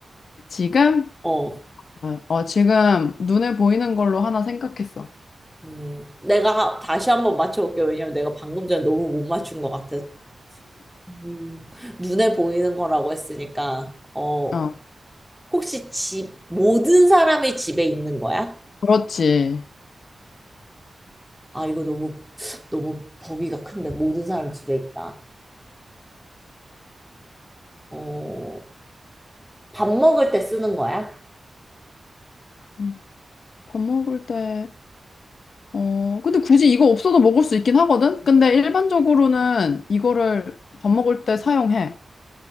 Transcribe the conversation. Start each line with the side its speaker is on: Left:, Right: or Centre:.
Left: 지금?
Centre: 어.
Left: 어, 어, 지금 눈에 보이는 걸로 하나 생각했어.
Centre: 음, 내가 하- 다시 한번 맞춰볼게. 요 왜냐면 내가 방금 전에 너무 못 맞춘 것 같아서. 음, 눈에 보이는 거라고 했으니까, 어,
Left: 어,
Centre: 혹시 집, 모든 사람이 집에 있는 거야?
Left: 그렇지.
Centre: 아, 이거 너무, 너무 범위가 큰데, 모든 사람이 집에 있다. 어, 밥 먹을 때 쓰는 거야?
Left: 음, 밥 먹을 때, 어, 근데 굳이 이거 없어도 먹을 수 있긴 하거든? 근데 일반적으로는 이거를 밥 먹을 때 사용해.